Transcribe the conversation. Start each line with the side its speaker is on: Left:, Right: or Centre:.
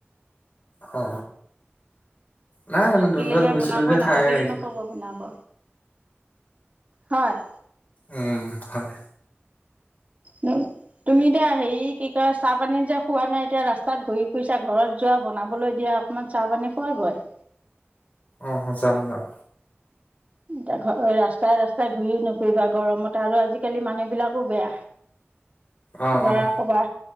Left: অ নাই মানে
Right: থাকিলেহে
Left: ধুন্দুৱাত গৈছিলো
Right: বনাব
Left: যে
Right: নাথাকিলে
Left: খাই আহিছো
Right: নো কৰ পৰা বনাব হয়
Left: উম হয়
Right: ন তুমি এতিয়া হেৰি কি কয় চাহ পানী যে খোৱা নাই এতিয়া ৰাস্তাত ঘূৰি ফুৰিছা ঘৰত যোৱা বনাবলৈ দিয়া অকমান চাহ পানী খুৱা গৈ
Left: অ যাম যাম।
Right: এয়া ঘ ৰাস্তাই ৰাস্তাই ঘূৰিও নুফুৰিবা গৰমতে আৰু আজিকালি মানুহ বিলাকো বেয়া
Left: অ',
Right: লৰা
Left: অ',
Right: কবা